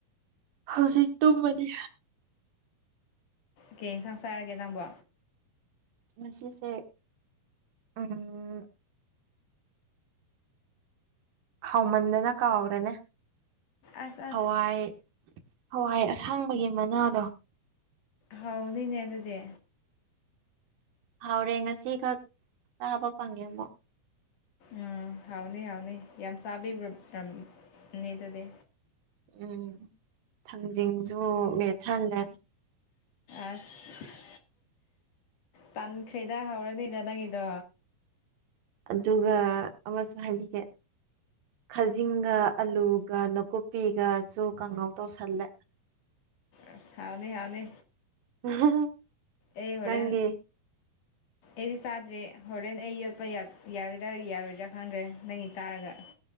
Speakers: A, on the right; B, on the left.
A: ꯍꯧꯖꯤꯛ ꯇꯨꯝꯃꯅꯤ
B: ꯀꯩ ꯍꯦꯟꯁꯥꯡ ꯆꯥꯔꯒꯦ ꯅꯪꯕꯣ
A: ꯉꯁꯤꯁꯦ ꯎꯝ ꯍꯥꯎꯃꯟꯗꯅ ꯀꯥꯎꯒ꯭ꯔꯦꯗ
B: ꯑꯁ ꯑꯁ
A: ꯍꯋꯥꯏ ꯍꯋꯥꯏ ꯑꯁꯥꯡꯕꯒꯤ ꯃꯅꯥꯗꯣ
B: ꯍꯥꯎꯕꯅꯤꯅꯦ ꯑꯗꯨꯗꯤ
A: ꯍꯥꯎꯔꯦ ꯉꯁꯤ ꯈꯛ ꯇꯥꯕ ꯐꯪꯉꯦ ꯑꯃꯨꯛ
B: ꯎꯝ ꯍꯥꯎꯅꯤ ꯍꯥꯎꯅꯤ ꯌꯥꯝ ꯆꯥꯕꯤꯕ꯭ꯔ <inaudible> ꯑꯗꯨꯗꯤ
A: ꯎꯝ ꯊꯡꯖꯤꯡꯖꯨ ꯃꯦꯠꯁꯜꯂꯦ
B: ꯑꯁ ꯇꯟꯈ꯭ꯔꯦꯗ ꯍꯧꯔꯅꯤꯗ ꯅꯪꯒꯤꯗꯣ
A: ꯑꯗꯨꯒ ꯑꯃꯁꯨ ꯍꯥꯏꯕꯤꯒꯦ ꯈꯖꯤꯡꯒ ꯑꯥꯂꯨꯒ ꯅꯥꯀꯨꯞꯄꯤꯒꯁꯨ ꯀꯥꯡꯍꯧ ꯇꯧꯁꯜꯂꯦ
B: ꯑꯁ ꯍꯥꯎꯅꯤ ꯍꯥꯎꯅꯤ
A: <unintelligible>
B: ꯑꯩ ꯍꯣꯔꯦꯟ
A: ꯅꯪꯗꯤ
B: ꯑꯩꯗꯤ ꯆꯥꯗ꯭ꯔꯦ ꯍꯣꯔꯦꯟ ꯑꯩ ꯌꯣꯠꯄ ꯌꯥꯒꯗ꯭ꯔꯥ ꯌꯥꯔꯣꯏꯗ꯭ꯔꯥ ꯈꯪꯗ꯭ꯔꯦ ꯅꯪꯒꯤ ꯇꯥꯔꯒ